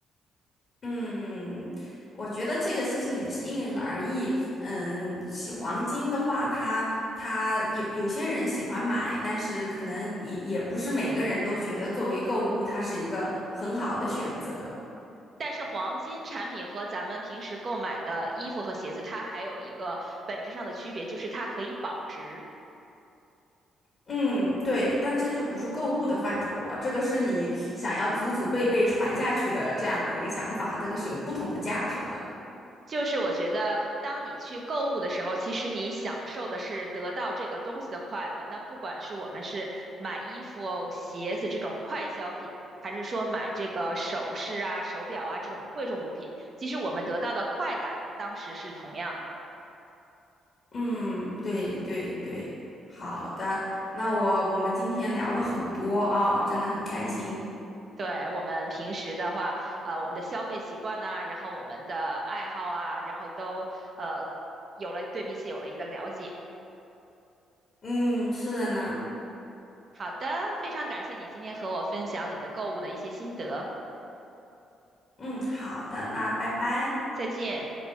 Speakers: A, on the left (about 45°); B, on the right (about 45°).
A: 嗯，我觉得这个事情也是因人而异。嗯，喜黄金的话，它它有有些人喜欢买，但是可能也也不是每个人都觉得作为购物，它是一个很好的选择。
B: 但是黄金产品和咱们平时购买的衣服和鞋子，它还有一个本质上的区别，就是它可以保值。
A: 嗯，对，但这就不是购物的范畴了，这个是你想要祖祖辈辈传下去的这样的一个想法，这个是有不同的价值了。
B: 就是我觉得，当你去购物的时候，其实你享受的是得到这个东西的快乐。那不管是我们是买衣服、鞋子这种快消品，还是说买这个首饰啊、手表啊这种贵重物品，其实我们得到的快感当时是同样的。
A: 嗯，对对对，好的，那我我们今天聊了很多哦，真的很开心。
B: 对，我们平时的话，呃，我们的消费习惯呐，然后我们的爱好啊，然后都呃有了对彼此有了一个了解。
A: 嗯，是的呢。
B: 好的，非常感谢你今天和我分享你的购物的一些心得，
A: 嗯，好的，那拜拜。
B: 再见。